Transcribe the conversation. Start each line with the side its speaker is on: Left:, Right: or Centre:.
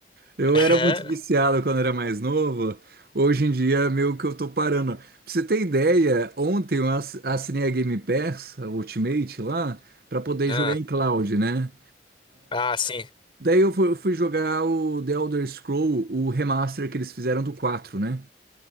Right: Eu
Left: <laughs>
Right: era muito viciado quando era mais novo. Hoje em dia, meio que eu tô parando. Pra você ter ideia, ontem eu ass- assinei a Game Pass, a Ultimate lá, pra poder
Left: É?
Right: jogar
Left: Ah,
Right: em cloud, né?
Left: ah, sim,
Right: Daí eu fu- fui jogar o The Elder Scroll, o remaster que eles fizeram do quatro né?